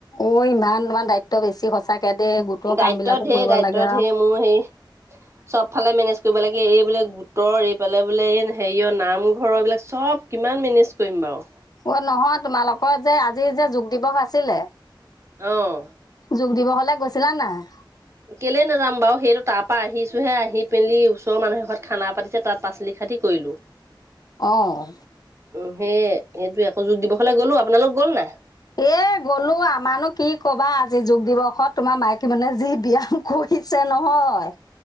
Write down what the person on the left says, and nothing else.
অ! ইমান তোমাৰ দায়িত্ব বেছি সঁচাকে দেই গোটৰ
কাম বিলাকো
কৰিব লাগে আৰু।
অঁ! নহয় তোমালোকৰ যে আজি যে যোগ দিৱস আছিলে।
যোগ দিৱসলে গৈছিলা নে নাই?
অঁ!
এ, গ'লোঁ আমাৰনো কি ক'বা, আজি যোগ দিৱসত তোমাৰ মাইকী মানুহে যি বিয়া কৰিছে নহয়